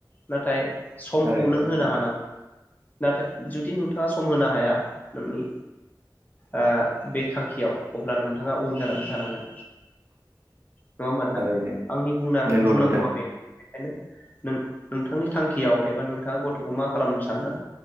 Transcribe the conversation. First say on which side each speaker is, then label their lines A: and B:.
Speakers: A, on the left; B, on the right.
A: नाथाय समखौ
B: थारैनो
A: नों
B: नोंथां
A: होनो हा नाथाय जुदि नोंथाङा सम होनो हाया नोंनि ओ बे थांखियाव अब्ला नोंथाङा उन जानानै थानांगोन। नङा होमबा नोंथां
B: थारैनो
A: आंनि बुंना-बुंनांगौवा
B: नंगौ नोंथां
A: बेनो बेखायनो नों नोंथांनि थांखियाव एबा नोंथाङा गथ'। बेखौ मा खालामनो सान्दों।